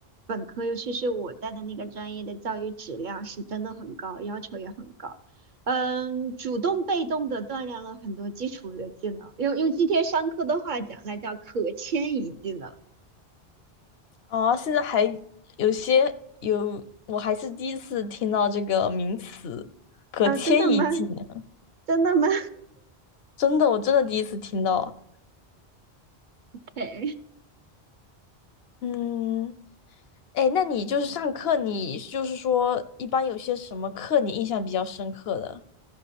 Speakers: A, on the right; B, on the left.
A: 本科，尤其是我在的那个专业的教育质量是真的很高，要求也很高。嗯，主动被动的锻炼了很多基础的技能，用用今天上课的话讲那叫可迁移技能。
B: 哦，现在还有些有，我还是第一次听到这个名词，可迁移技能，
A: 啊，真的吗？真的吗？
B: 真的，我真的第一次听到。
A: <laughs>
B: 嗯，哎，那你就是上课，你就是说一般有些什么课你印象比较深刻的？